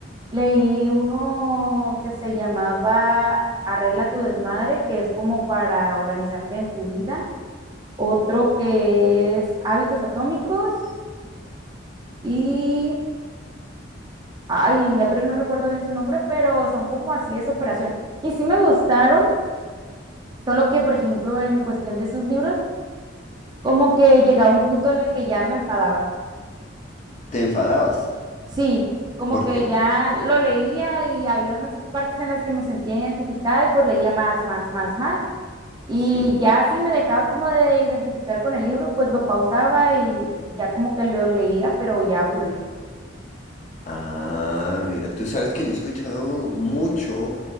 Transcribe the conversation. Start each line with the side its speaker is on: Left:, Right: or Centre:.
Right: Leí uno que se llamaba Arregla tu desmadre, que es como para organizarte en tu vida. Otro que es Hábitos Atómicos y, ay, la otra no recuerdo bien su nombre, pero son como así de superación. Y sí me gustaron, solo que, por ejemplo, en cuestión de sus libros, como que llegaba un punto en el que ya me enfadaba.
Left: ¿Te enfadabas?
Right: Sí, como
Left: ¿Por
Right: que
Left: qué?
Right: ya lo leía y había unas partes en las que me sentía identificada y pues leía más, más, más, más. Y
Left: Sí.
Right: ya así me dejaba como de identificar con el libro, pues lo pausaba y ya como que lo leía, pero ya aburrido.
Left: Ah, mira, tú sabes que yo he escuchado mucho